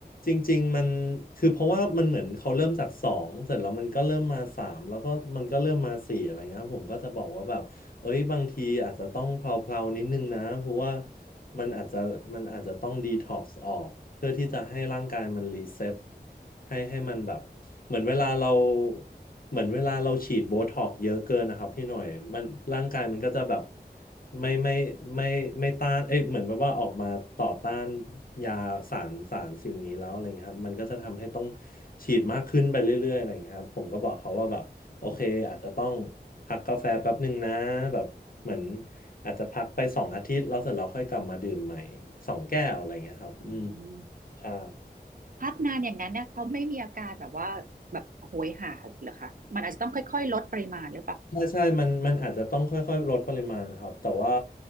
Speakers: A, on the left; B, on the right.
A: จริงๆมันคือเพราะว่ามันเหมือนเขาเริ่มจากสองเสร็จแล้วมันก็เริ่มมาสามแล้วก็มันก็เริ่มมาสี่อะไรเงี้ยครับผมก็จะบอกว่าแบบ เอ้ยบางทีอาจจะต้องเพลาๆนิดนึงนะเพราะว่ามันอาจจะมันอาจจะต้องดีท็อกซ์ออกเพื่อที่จะให้ร่างกายมันรีเซ็ตให้ให้มันแบบเหมือนเวลาเราเหมือนเวลาเราฉีดโบท็อกซ์เยอะเกินนะครับพี่หน่อยมันร่างกายมันก็จะแบบไม่ไม่ไม่ไม่ต้านเอ้ยเหมือนแบบว่าออกมาต่อต้านยาสารสารสิ่งนี้แล้วอะไรเงี้ยครับมันก็จะทำให้ต้องฉีดมากขึ้นไปเรื่อยๆอะไรเงี้ยครับผมก็บอกเขาว่าแบบ โอเคอาจจะต้องพักกาแฟแป๊บหนึ่งนะแบบเหมือนอาจจะพักไปสองอาทิตย์แล้วเสร็จเราค่อยกลับมาดื่มใหม่สองแก้วอะไรเงี้ยครับอืม
B: อืม
A: ใช่
B: พักนานอย่างนั้นเนี่ยเขาไม่มีอาการแบบว่าแบบโหยหาเหรอคะมันอาจจะต้องค่อยๆลดปริมาณหรือเปล่า
A: ใช่ใช่มันมันอาจจะต้องค่อยๆลดปริมาณครับแต่ว่า